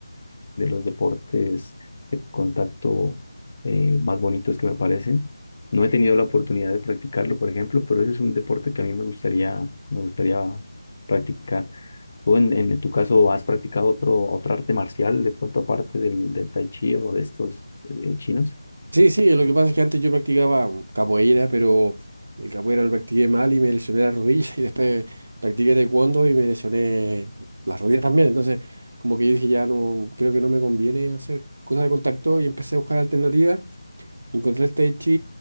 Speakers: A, on the left (about 40°); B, on the right (about 60°).
A: de los deportes de contacto eh, más bonitos que me parecen. No he tenido la oportunidad de practicarlo, por ejemplo, pero ese es un deporte que a mí me gustaría, me gustaría practicar. ¿Tú en, en tu caso has practicado otro, otra arte marcial de pronto aparte del, del tai chi o de estos eh, chinos?
B: Sí, sí, lo que pasa es que antes yo practicaba um, capoeira, pero el capoeira lo practiqué mal y me lesioné la rodilla <laughs> y después practiqué taekwondo y me lesioné las rodillas también. Entonces, como que yo dije, ya no, creo que no me conviene hacer cosas de contacto y empecé a buscar alternativas. Encontré el tai chi